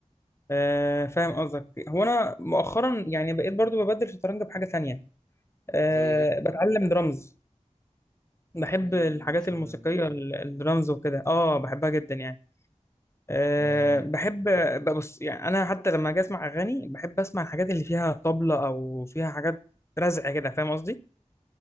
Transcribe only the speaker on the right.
زي ايه
امم
شغل
الميوزك
آه